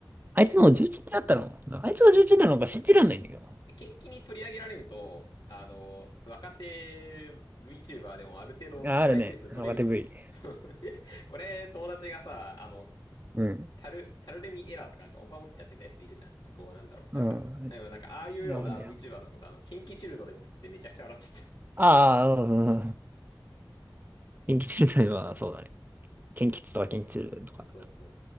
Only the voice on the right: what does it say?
あいつもう11ってなったのあいつが重1なのか信じらんないんだけど。
あ、あるね。若手 V。
うん。
うん。
なるほどね。
ああ、うん。<laughs> うんキンキチルドレンは、そうだね。キンキツとかキンキチルドレンとか。